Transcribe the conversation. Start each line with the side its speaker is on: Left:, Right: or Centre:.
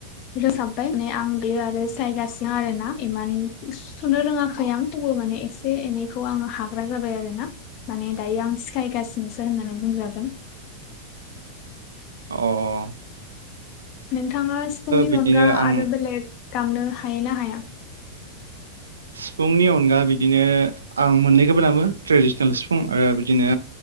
Left: रोंसाबबाय माने आं बेयो आरो सिखायगासिनो आरो ना इमान सुनो रोङाखै आं थेवबो माने एसे एनैखौ आङो हाग्रा जाबाय आरोना। माने दायो आं सिखायगासिनोसो होननानै बुंजागोन।
Right: अ अ अ।
Left: नोंथाङा सिफुंनि
Right: बिदिनो
Left: अनगा
Right: आं
Left: आरो बेलेग दामनो हायो ना हाया?
Right: सिफुंनि अनगा बिदिनो आं मोननैखौबो दामो ट्रेडिस'नेल सिफुं आरो बिदिनो